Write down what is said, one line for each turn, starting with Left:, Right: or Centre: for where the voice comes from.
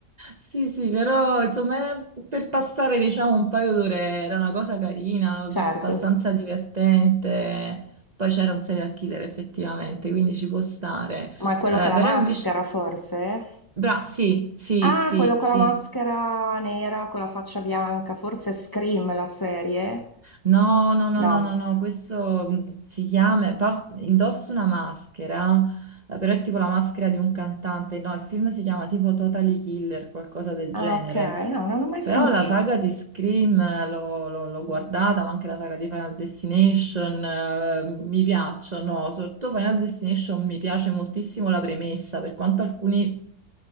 Right: Sì, sì, sì, però insomma, era per passare diciamo un paio d'ore era una cosa carina, abbastanza
Left: Certo.
Right: divertente. Poi c'era un serial killer effettivamente, quindi ci può stare.
Left: Ma è quello
Right: Eh,
Left: con la
Right: però
Left: maschera,
Right: invece...
Left: forse?
Right: Bra, sì, sì,
Left: Ah,
Right: sì,
Left: quello con
Right: sì.
Left: la maschera nera, con la faccia bianca, forse è Scream la serie?
Right: No, no, no,
Left: No.
Right: no, no, no, questo mh, si chiama, par- indossa una maschera, eh, però è tipo la maschera di un cantante, no, il film si chiama tipo Totally Killer, qualcosa del
Left: Ah,
Right: genere,
Left: ok, no, non ho mai
Right: però
Left: sentito.
Right: la saga di Scream eh, l'ho l'ho- l'ho guardata, ma anche la saga di Final Destination, eh, mi piacciono, soprattutto Final Destination mi piace moltissimo la premessa, per quanto alcuni